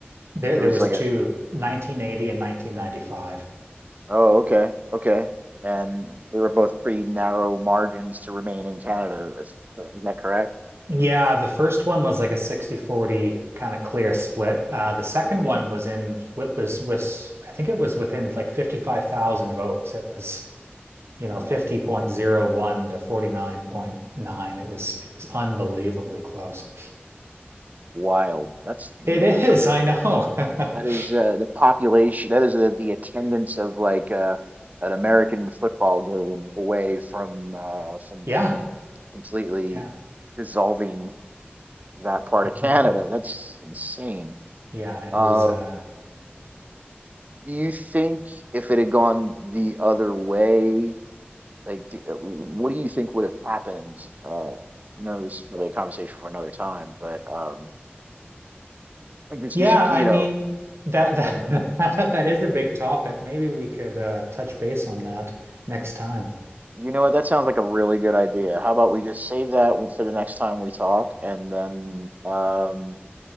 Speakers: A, on the right; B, on the right.
A: There,
B: there
A: there
B: was
A: was
B: like
A: two,
B: a
A: 1980 and 1995.
B: oh okay okay and they were both pretty narrow margins to remain in Canada is, is that correct
A: Yeah, the first one was like a 60-40 kind of clear split. Uh, the second
B: okay
A: one was in, it was, was, I think it was within like 55,000 votes. It was you know,
B: oh,
A: 50.01 to 49.9. It was it was unbelievably close.
B: wild that's
A: It is,
B: like
A: I know.
B: That
A: <laughs>
B: is uh, the population. That is the, the attendance of like uh, an American football game away from uh, from
A: Yeah,
B: from completely
A: yeah.
B: dissolving that part of Canada.
A: huh,
B: That's insane.
A: Yeah, it
B: Uh,
A: was uh
B: do you think if it had gone the other way, like, d- uh, what do you think would have happened? Uh, I know this is probably a conversation for another time, but um, I think it's
A: yeah,
B: just you
A: I mean
B: know.
A: that that <laughs> that, that is a big topic. Maybe we could uh touch base on that next time.
B: You know what? That sounds like a really good idea. How about we just save that one for the next time we talk and then um,